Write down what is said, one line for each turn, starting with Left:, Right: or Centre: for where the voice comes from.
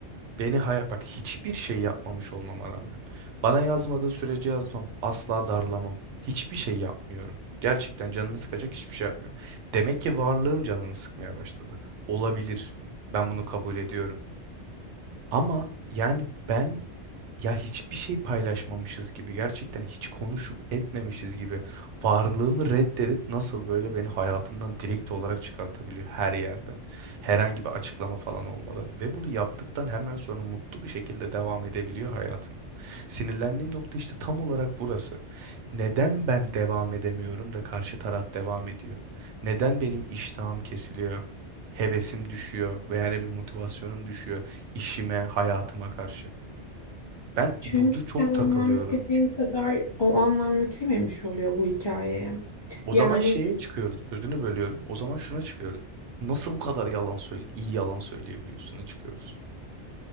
Right: Beni hay- bak hiçbir şey yapmamış olmama rağmen. Bana yazmadığı sürece yazmam. Asla darlamam. Hiçbir şey yapmıyorum. Gerçekten canını sıkacak hiçbir şey yapmıyorum. Demek ki varlığım canını sıkmaya başladı. Olabilir. Ben bunu kabul ediyorum. Ama yani ben ya hiçbir şey paylaşmamışız gibi gerçekten hiç konuşup etmemişiz gibi varlığımı reddedip nasıl böyle beni hayatından direkt olarak çıkartabiliyor her yerden. Herhangi bir açıklama falan olmadan ve bunu yaptıktan hemen sonra mutlu bir şekilde devam edebiliyor hayatına. Sinirlendiğim nokta işte tam olarak burası. Neden ben devam edemiyorum da karşı taraf devam ediyor? Neden benim iştahım kesiliyor? Hevesim düşüyor veya yani bir motivasyonum düşüyor işime, hayatıma karşı. Ben
Left: Çünkü
Right: burada çok
Left: sen anlam
Right: takılıyorum.
Left: yüklediğin kadar o anlam yüklememiş oluyor bu hikayeye.
Right: O
Left: Yani
Right: zaman şeye çıkıyoruz. Sözünü bölüyorum. O zaman şuna çıkıyoruz. Nasıl bu kadar yalan söyle, iyi yalan söyleyebiliyorsun'a çıkıyoruz.